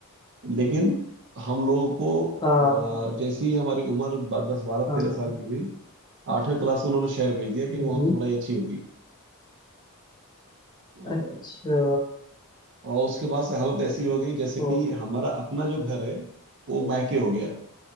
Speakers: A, on the right; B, on the left.
A: लेकिन हम लोगों को
B: हाँ हाँ
A: अ, जैसे ही हमारी उम्र बा- दस बारह
B: हाँ
A: तेरह
B: हाँ
A: साल की हुई आठवीं क्लास में उन्होंने शहर भेज दिया कि वहाँ
B: हम्म,
A: पर पढ़ाई अच्छी होगी और,
B: अच्छा
A: और उसके बाद से हालत ऐसी हो गई जैसे
B: तो
A: कि हमारा अपना जो घर है वो मायके हो गया